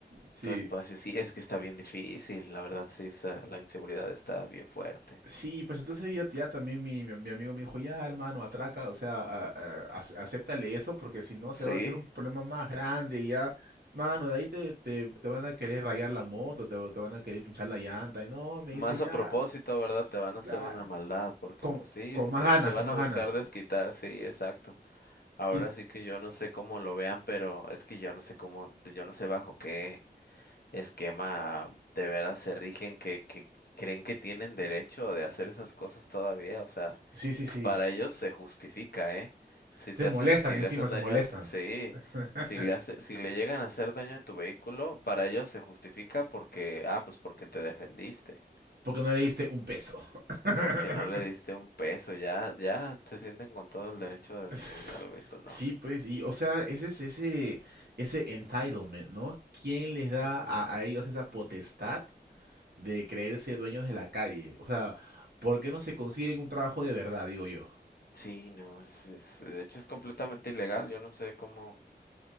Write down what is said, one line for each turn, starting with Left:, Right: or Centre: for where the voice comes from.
Right: <laughs> Sí,
Left: tu espacio. Sí, es que está bien difícil. La verdad, sí, esa- la inseguridad está bien fuerte.
Right: Sí, pues entonces ya, ya también mi, mi- mi amigo me dijo, ya hermano, atraca, o sea, a- a- ac- acéptale eso, porque si no se
Left: Sí,
Right: va a hacer un problema más grande y ya, mano, de ahí te, te, te van a querer rayar la moto, te, te van a querer pinchar la llanta, y no, me
Left: más
Right: dice, ya,
Left: a propósito, ¿verdad? Te van a
Right: claro,
Left: hacer una maldad, porque
Right: con,
Left: pues sí,
Right: con más
Left: se,
Right: ganas,
Left: se van
Right: con más
Left: a buscar
Right: ganas.
Left: desquitar, sí, exacto. Ahora
Right: Y
Left: sí que yo no sé cómo lo vean, pero es que yo no sé cómo, yo no sé bajo qué. esquema de veras se rigen, que, que creen que tienen derecho de hacer esas cosas todavía, o sea,
Right: sí, sí,
Left: s-
Right: sí,
Left: para ellos se justifica, ¿eh? Si
Right: se
Left: te
Right: molestan
Left: hacen, si
Right: encima,
Left: le hacen
Right: se
Left: daño
Right: molestan,
Left: a, t- sí,
Right: <laughs>
Left: si le hace, si le llegan a hacer daño a tu vehículo, para ellos se justifica porque, ah, pues porque te defendiste,
Right: porque no le diste un peso. <laughs>
Left: porque no le diste un peso, ya, ya se sienten con todo el derecho de destruir
Right: S-
Left: algo y pues
Right: Sí,
Left: no.
Right: pues, y o sea, ese es ese, ese entitlement, ¿no? ¿Quién les da
Left: Ujú.
Right: a, a ellos esa potestad de creerse dueños de la calle? O sea, ¿por qué no se consiguen un trabajo de verdad, digo yo?
Left: Sí, no, es, es- de hecho es completamente ilegal, yo no sé cómo,